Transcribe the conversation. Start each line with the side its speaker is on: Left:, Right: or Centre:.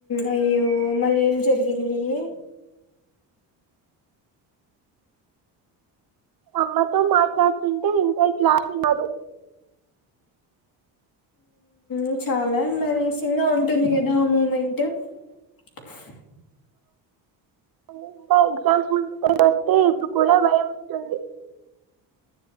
Left: అయ్యో మళ్ళి ఏం జరిగింది బియ్యం చెరుగుడు
Right: అమ్మతో మాట్లాడుతుంటే ఇంత క్లాస్ విన్నాడు
Left: ఉ చాలా ఇన్ బ్యాలెన్స్ గా ఉంటుంది కదా ఆ మూమెంట్ బియ్యం చెరుగులు
Right: కొన్ని ఇంకా ఎగ్జామ్స్ ముందుగ వస్తే ఇప్పుడు కూడా భయం వుంటుంది